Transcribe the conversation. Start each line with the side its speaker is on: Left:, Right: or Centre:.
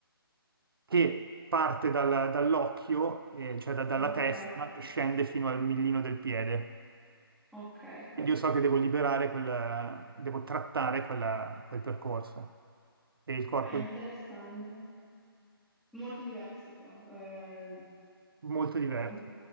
Right: che parte dal- dall'occhio, eh, cioè da- dalla
Centre: ok,
Right: testa e scende fino al millino del piede.
Centre: ok.
Right: Quindi io so che devo liberare quel, devo trattare quella- quel percorso. E il corpo
Centre: È interessante.
Right: è
Centre: Molto diverso però, eh,
Right: molto
Centre: eh,
Right: diverso.